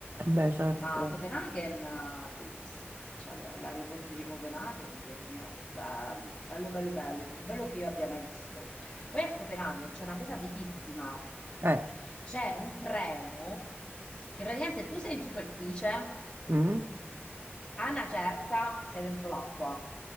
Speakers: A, on the right; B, on the left.
A: Beh, certo.
B: Ma Copenaghen, eh, bellissima, cioè l- l'aeroporto di Copenaghen, Dio mio, bello, bello, bello, bello, il più bello che io abbia mai visto. Poi a Copenaghen c'è una cosa fighissima,
A: Eh,
B: c'è un treno che praticamente tu sei in superficie,
A: mm.
B: a una certa sei dentro l'acqua.